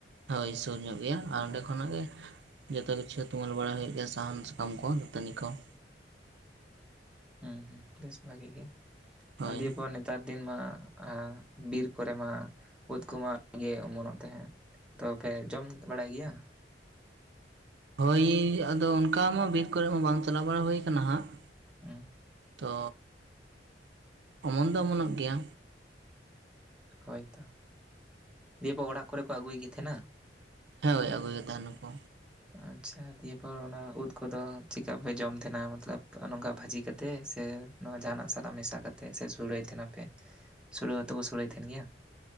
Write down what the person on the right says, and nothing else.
ᱦᱳᱭ ᱥᱩᱨ ᱧᱚᱜ ᱜᱮᱭᱟ
ᱟᱨ ᱚᱸᱰᱮ ᱠᱷᱚᱱᱟᱜ ᱜᱮ ᱡᱚᱛᱚ ᱠᱤᱪᱷᱩ ᱛᱩᱢᱟᱹᱞ ᱵᱟᱲᱟ ᱦᱩᱭᱩᱜ ᱜᱮᱭᱟ ᱥᱟᱦᱟᱱ ᱥᱟᱠᱟᱢ ᱠᱚ ᱫᱟᱹᱛᱟᱹᱱᱤ ᱠᱚ ᱾
ᱦᱳᱭ
ᱦᱳᱭ ᱟᱫᱚ ᱚᱱᱠᱟ ᱢᱟ ᱵᱤᱨ ᱠᱚᱨᱮ ᱢᱟ ᱵᱟᱝ ᱪᱟᱞᱟᱣ ᱵᱟᱲᱟ ᱦᱳᱭ ᱠᱟᱱᱟ ᱦᱟᱸᱜ ᱾
ᱛᱚ ᱚᱢᱚᱱ ᱫᱚ ᱚᱢᱚᱱᱚᱜ ᱜᱮᱭᱟ᱾
ᱦᱮᱸᱭ ᱟᱹᱜᱩᱭ ᱜᱮ ᱛᱟᱦᱮᱱᱟ ᱠᱚ᱾